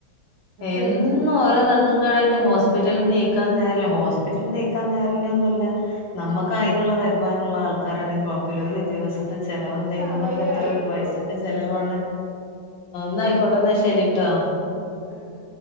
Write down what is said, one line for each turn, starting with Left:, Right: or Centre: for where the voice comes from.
Left: എന്നും
Right: ടൈംസ്
Left: ഓരോ ദണ്ണും തൊക്കെയിട്ട് ഹോസ്പിറ്റല നീക്കാൻ നേരല്ലാ ഹോസ്പിറ്റൽ നിക്കാൻ നേരല്ലാന്ന് അല്ല നമ്മുക്ക് അതിനുള്ള വരുമാനംമുള്ള ആൾക്കാരാണേ കുഴപ്പല്ലാ ഒരു ദിവസത്തെ ചി ചെലവ് കഴി
Right: സമയായില്ലോ
Left: ഇന്നൊക്ക എത്ര പൈസക്ക് ചെലവാണേ ആഹ് എന്ന ആയിക്കോട്ടെ എന്നാ ശരിട്ടാ
Right: ആഹ്